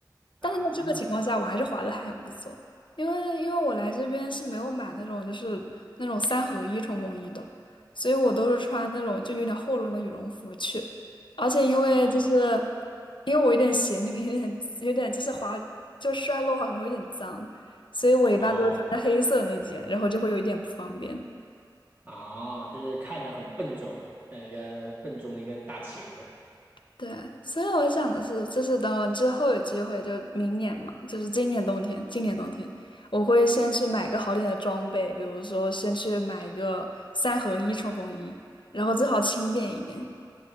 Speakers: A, on the left (about 80°); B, on the right (about 20°).
A: 但是在这个情况下，
B: 啊
A: 我还是划得很不错，因为因为我来这边是没有买那种就是那种三合一冲锋衣的，所以我都是穿那种就有点厚绒的羽绒服去，而且因为就是
B: 啊
A: 因为我有点鞋里面有点有点就是滑就摔落的话可能会有点脏，所以我一般都是穿着黑色那件，
B: 哦
A: 然后就会有一点不方便。
B: 啊，就是看着很笨重，像一个笨重的一个大企鹅
A: 对，所以我想的是，就是等我之后有机会，就明年嘛，就是今年冬天，今年冬天，我会先去买个好点的装备，比如说先去买一个三合一冲锋衣，然后最好轻便一点。